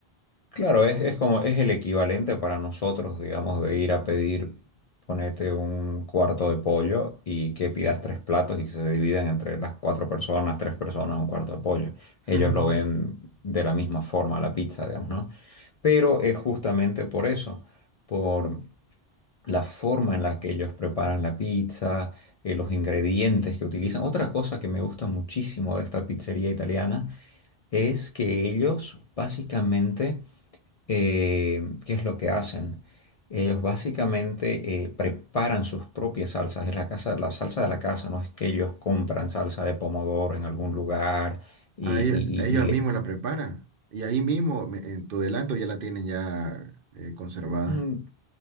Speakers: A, on the left; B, on the right.
A: Claro, es, es como es el equivalente para nosotros, digamos, de ir a pedir, ponete un cuarto de pollo y que pidas tres platos y se dividan entre las cuatro personas, tres personas, un cuarto de pollo.
B: <laughs>
A: Ellos lo ven de la misma forma la pizza, digamos, ¿no? Pero es justamente por eso, por la forma en la que ellos preparan la pizza, eh, los ingredientes que utilizan. Otra cosa que me gusta muchísimo de esta pizzería italiana es que ellos básicamente, eh, ¿qué es lo que hacen? Ellos básicamente eh, preparan sus propias salsas, es la casa, la salsa de la casa, no es que ellos compran salsa de pomodoro en algún lugar y,
B: Ah,
A: y-
B: ella-
A: y-
B: ellos
A: y le...
B: mismos la preparan. Y ahí mismo, me- en tu delanto, ya la tienen ya eh, conservada.
A: Mm,